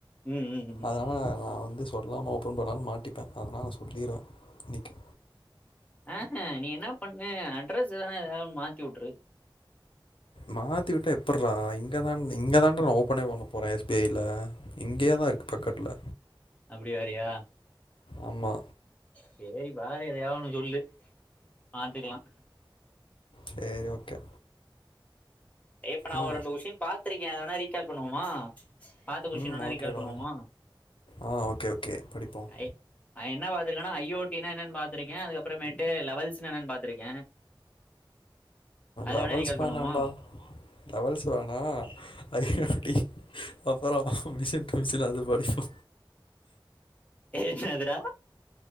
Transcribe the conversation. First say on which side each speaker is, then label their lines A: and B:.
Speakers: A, on the left; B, on the left.
A: ம் ம் ம்
B: அதனால நான் வந்து சொல்லாம ஓப்பன் பண்ணாலு மாட்டிப்ப அதனால நா சொல்லிருவ இன்னிக்கு
A: அஹா நீ என்ன பண்ணு அட்ரஸ் தான ஏதாவதுதொன்னு மாத்திவுட்டுரு
B: மாத்திவிட்ட எப்புட்றா இங்கதா இங்கதான்டா நா ஓபனே பண்ண போறே எஸ் பி ஐ ல இங்கேயே தா இருக்கு பக்கத்துல
A: அப்டி வரியா
B: ஆமா
A: சேரி பாரு எதையாதுதொன்னு சொல்லு பாத்துக்கலா
B: சேரி ஓகே
A: இப்ப நா
B: ஆ
A: ஒரு ரெண்டு கெஸ்டீன் பாத்திருக்க அதவேனா ரீக் கேல் பண்ணுவோமா பாத்த கோஷின்வேன்னா
B: ம் ஓகேடா
A: ரீக்கால் பண்ணுவோமா
B: ஆ ஓகே ஓகே படிப்போம்
A: ஐ ஐயென்ன பாத்துருக்கேனா ஐஓடி என்னன்னு பாத்திருக்கேன் அதுக்கப்புறமேட்டு லெவல்ஸ்னா என்னன்னு பாத்திருக்க அது
B: லெவல்ஸ்
A: வேணா ரீகால்
B: வேணாம்டா
A: பண்ணுவோமா
B: லெவல்ஸ் வேணா ஐ ஓ டி அப்புற மிஷின் டு மிஷின் அது படிப்போ
A: என்னாதுடா